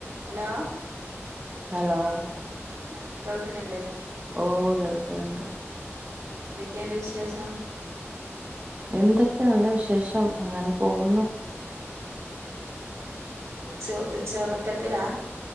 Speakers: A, on the right (about 80°); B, on the right (about 30°).
A: Hello
B: hello
A: ആ കേൾക്കണില്ലേ
B: ഓ കേൾക്കുന്നുണ്ട്
A: എന്തൊക്കെയുണ്ട് വിശേഷം
B: എന്തൊക്കെ നല്ല വിശേഷം അങ്ങനെ പോകുന്നു
A: ആ ആ ഉച്ച ച്ചറക്കത്തിലാ?